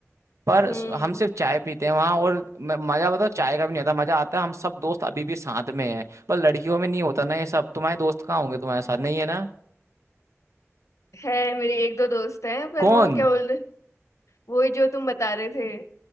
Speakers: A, on the right; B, on the left.
A: पर
B: हम्म
A: स- हम सिर्फ चाय पीते हैं वहाँ और म- मजा बताओ चाय का भी नहीं आता मजा आता है हम सब दोस्त अभी भी साथ में हैं पर लड़कियों में नहीं होता ना ये सब तुम्हारे दोस्त कहाँ होंगे तुम्हारे साथ नहीं है ना
B: है मेरी एक दो दोस्त हैं पर
A: कौन
B: वो क्या बोलते वही जो तुम बता रहे थे